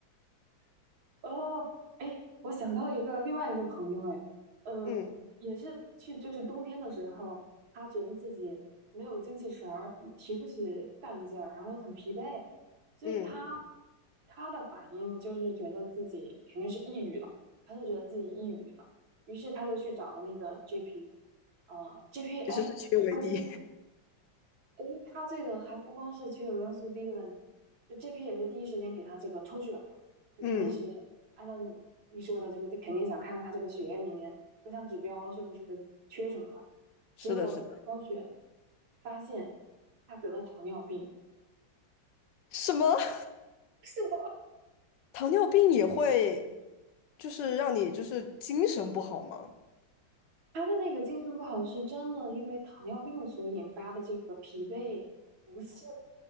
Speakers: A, on the right; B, on the left.
A: 哦，哎，我想到了一个另外一个朋友，哎，呃，
B: 嗯
A: 也是去就是冬天的时候，他觉得自己没有精气神儿，也提不起干劲儿，然后很疲惫，所以他
B: 嗯，
A: 他的反应就是觉得自己肯定是抑郁了，他就觉得自己抑郁了，于是他就去找了那个 GP，呃，GP，哎，
B: 其实是缺维
A: 还真是
B: D。
A: 诶，他这个还不光是缺有元素 D 的问题，就这批也是第一时间给他这个抽血嘛，就肯定是
B: <laughs> 嗯，
A: 按照你你说的，就是肯定想看看他这个血液里面各项指标是不是缺什么了。
B: 是的，
A: 结果抽血
B: 是的。
A: 发现他得了糖尿病，
B: 什么？<laughs>
A: 是的，
B: 糖尿病也会就是让你就是精神不好吗？
A: 他的那个精神不好是真的因为糖尿病所引发的这个疲惫不适，